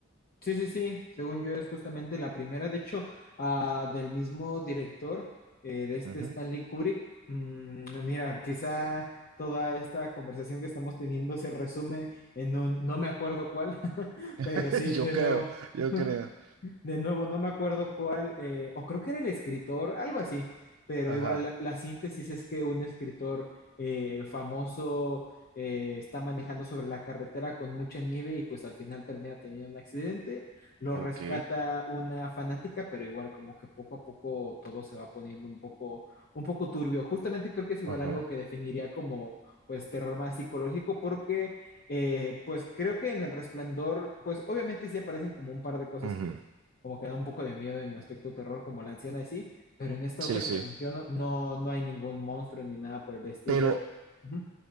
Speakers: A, on the left; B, on the right.
A: Sí, sí, sí, según yo es justamente la primera, de hecho, ah, del mismo director eh, de este
B: Ujú.
A: Stanley Kubrick. Mm, mira, quizá toda esta conversación que estamos teniendo se resume en un no me acuerdo cuál, <laughs> pero
B: <laughs>
A: sí,
B: Yo
A: de
B: creo,
A: nuevo.
B: yo
A: <laughs>
B: creo.
A: <laughs> De nuevo, no me acuerdo cuál, eh, o creo que era el escritor, algo así, pero
B: Ajá.
A: igual la, la síntesis es que un escritor eh, famoso eh, está manejando sobre la carretera con mucha nieve y pues al final termina teniendo un accidente, lo
B: Ok.
A: rescata una fanática, pero igual como que poco a poco todo se va poniendo un poco, un poco turbio. Justamente creo que es igual
B: Ajá.
A: algo que definiría como pues terror más psicológico porque... eh, pues creo que en El Resplandor, pues obviamente sí aparecen como un par de cosas
B: Ujú.
A: que, como que da un poco de miedo en aspecto terror, como la anciana y sí, pero en esta
B: Sí,
A: otra
B: sí.
A: que te menciono, no, no hay ningún monstruo ni nada por el estilo.
B: Pero...
A: Ujú.